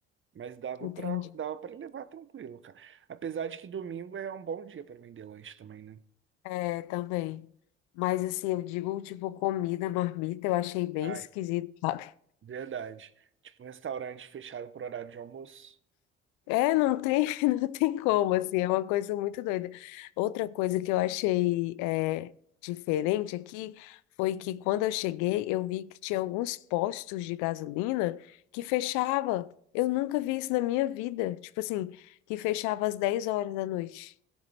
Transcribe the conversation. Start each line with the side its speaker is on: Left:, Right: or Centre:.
Right: Mas dava
Left: entendi.
Right: pra, dava pra levar tranquilo, cara. Apesar de que domingo é um bom dia pra vender lanche também, né?
Left: É, também. Mas assim, eu digo, tipo, comida, marmita, eu achei bem
Right: Ai,
Left: esquisito, sabe?
Right: verdade. Tipo, um restaurante fechado por horário de almoço.
Left: É, não tem, <laughs> não tem como, assim, é uma coisa muito doida. Outra coisa que eu achei é, diferente aqui foi que quando eu cheguei, eu vi que tinha alguns postos de gasolina que fechava. Eu nunca vi isso na minha vida. Tipo assim, que fechava às 10 horas da noite.